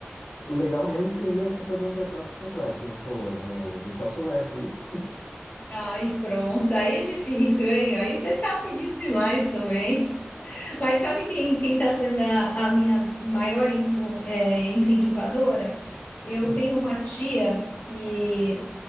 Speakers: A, on the left; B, on the left.
A: O legal mesmo seria você fazer um detox completo, que eles falou. É deixar o celular aqui.
B: Aí pronto, aí é difícil, hein? Aí você tá pedindo demais também. Mas sabe quem, quem tá sendo a, a minha maior influ- é, incentivadora? Eu
A: Hum,
B: tenho uma tia que